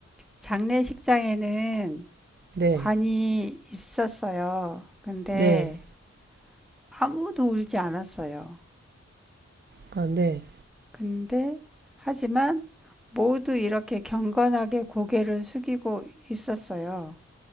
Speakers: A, in the centre; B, on the right.
A: 장례식장에는
B: 네,
A: 관이 있었어요. 근데
B: 네,
A: 아무도 울지 않았어요.
B: 아, 네,
A: 근데 하지만 모두 이렇게 경건하게 고개를 숙이고 있었어요.